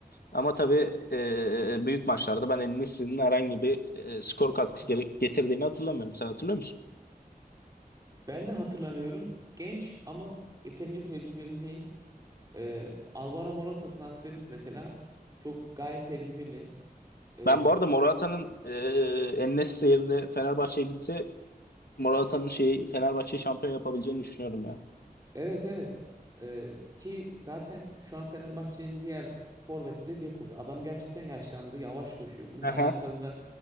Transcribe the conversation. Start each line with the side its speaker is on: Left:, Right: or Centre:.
Left: Ama tabii e, büyük maçlarda ben En-Nesyri'nin herhangi bir e, skor katkısı gerek getirdiğini hatırlamıyorum. Sen hatırlıyor musun?
Right: Ben de hatırlamıyorum. Genç ama yeterince tecrübeli değil. E, Alvaro Morata transferiniz mesela çok gayet tecrübeli. Ee,
Left: Ben bu arada Morata'nın e, En-Nesyri yerine Fenerbahçe'ye gitse Morata'nın şeyi Fenerbahçe'yi şampiyon yapabileceğini düşünüyorum ya.
Right: Evet evet. Ee, ki zaten şu an Fenerbahçe'nin diğer forveti de Dzeko. Adam gerçekten yaşlandı, yavaş koşuyor. Bununla
Left: Aha.
Right: alakalı da